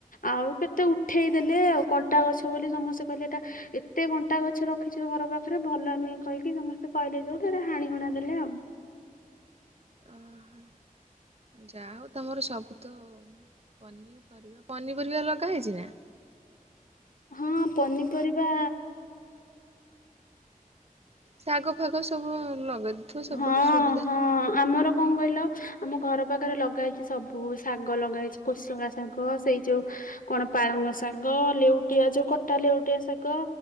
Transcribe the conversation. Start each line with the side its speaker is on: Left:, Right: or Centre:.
Left: ଆଉ କେତେ ଉଠେଇଦେଲେ ଆଉ କଣ୍ଟା ଗଛ ବୋଲି ସମସ୍ତେ କହିଲେ ଏଟା ଏତେ କଣ୍ଟା ଗଛ ରଖିଚ ଘର ପାଖରେ ଭଲ ନୁହେଁ କହିକି ସମସ୍ତେ କହିଲେ ଯେମିତି ତାର ହାଣିହୁଣା ଦେଲେ ଆଉ।
Right: ଓହୋ ଯାହା ହଉ ତମର ସବୁ ତ ପନିପରିବା ପନିପରିବା ଲଗା ହେଇଛି ନା?
Left: ହଁ ପନିପରିବା
Right: ଶାଗ ଫାଗ ସବୁ ଲଗେଇଥିବ ସବୁଠୁ
Left: ହଁ
Right: ସୁବିଧା
Left: ହଁ ହଁ।
Right: ନା।
Left: ଆମର କଣ କହିଲ ଆମ ଘର ପାଖରେ ଲଗା ହେଇଚି ସବୁ ଶାଗ ଲଗା ହେଇଛି କୋସୋଳା ଶାଗ ସେଇ ଯୋଉ କଣ ପାଳଙ୍ଗ ଶାଗ ଲେଉଟିଆ ଯୋଉ କଟା ଲେଉଟିଆ ଶାଗ